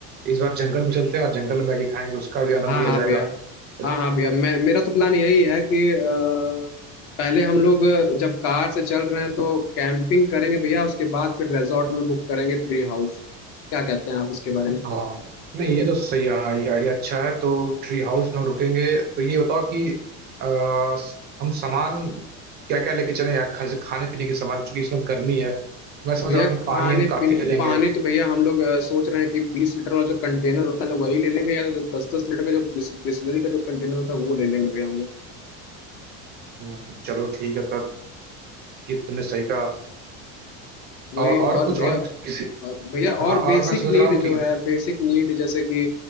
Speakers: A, on the right; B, on the left.
A: इस बार जंगल में चलते हैं और जंगल में मैगी खाएंगे उसका भी आनंद
B: हाँ
A: लिया
B: हाँ
A: जाएगा
B: भैया
A: तो
B: हाँ हाँ भैया मैं मेरा तो प्लान यही है कि अ, पहले हम लोग जब कार से चल रहे हैं तो कैंपिंग करेंगे भैया उसके बाद फिर रिजॉर्ट में बुक करेंगे ट्री हाउस क्या कहते हैं आप इसके बारे में
A: हाँ नहीं ये तो सही है हाँ ये आइडिया अच्छा है तो ट्री हाउस में हम रुकेंगे तो ये बताओ कि आ, स- हम सामान क्या क्या लेके चलें यार खा, खाने पीने के सामान चूंकि इसमें गर्मी है मैं समझ
B: भैया
A: रहा हूँ कि
B: खाने
A: पानी हम काफी
B: पीने
A: ले लेंगे
B: पानी तो भैया हम लोग अ, सोच रहे हैं कि बीस लीटर वाला जो कंटेनर होता है ना वही ले लेंगे या तो दस दस लीटर का जो बिस्लरी का जो कंटेनर होता है वो ले लेंगे भैया हम लोग
A: हम्म, चलो ठीक है तब ये तो तुमने सही कहा
B: वही
A: और, और
B: और
A: कुछ
B: भैया
A: और किसी
B: अ, भैया
A: हाँ
B: और बेसिक
A: और मैं समझ
B: नीड
A: रहा हूँ
B: जो
A: कि
B: है बेसिक नीड जैसे कि